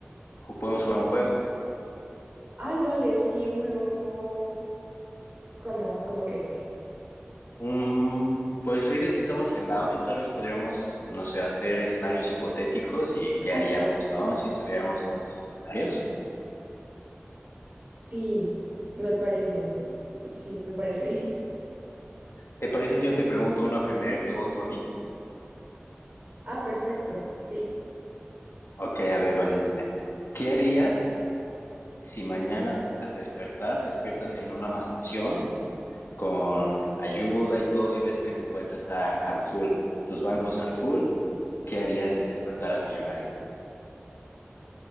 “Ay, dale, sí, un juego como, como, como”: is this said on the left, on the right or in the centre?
Right